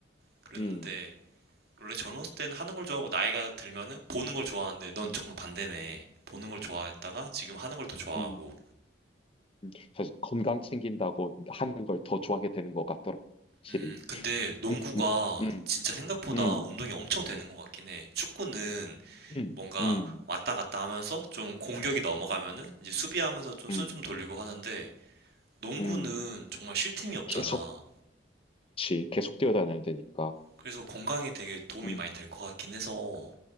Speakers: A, on the right; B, on the left.
A: 그랬는데,
B: 음,
A: 원래 젊었을 땐 하는 걸 좋아하고 나이가 들면은 보는 걸 좋아하는데 넌
B: 음,
A: 정반대네. 보는 걸 좋아했다가 지금 하는 걸 더 좋아하고.
B: 음. 음. 사실 건강 챙긴다고 하는 걸 더 좋아하게 되는 것 같더라, 확실히.
A: 음, 근데 농구가
B: 음, 음,
A: 진짜 생각보다
B: 음,
A: 운동이 엄청 되는 것 같긴 해. 축구는
B: 음,
A: 뭔가
B: 음,
A: 왔다 갔다 하면서 좀 공격이 넘어가면은
B: 음,
A: 이제 수비하면서 좀 숨
B: 음.
A: 좀 돌리고
B: 음.
A: 하는데 농구는
B: 음.
A: 정말 쉴 틈이 없잖아.
B: 계속, 치, 계속 뛰어다녀야 되니까.
A: 그래서 건강에 되게 도움이
B: 음,
A: 많이 될 것 같긴 해서